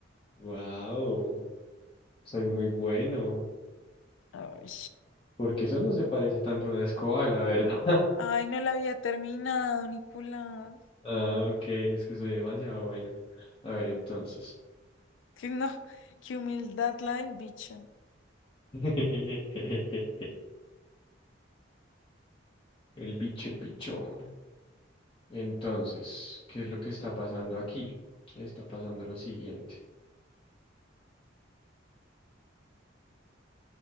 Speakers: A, on the left; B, on the left.
A: wow, soy muy bueno,
B: Ay,
A: porque eso no se parece tanto a una escoba, la verdad. <laughs>
B: ay, no la había terminado, Nicolás.
A: Ah, ok, es que soy demasiado bueno. A ver, entonces.
B: Que no, qué humildad la del bicho.
A: <laughs> El bicho, el bicho. Entonces, ¿qué es lo que está pasando aquí? Está pasando lo siguiente.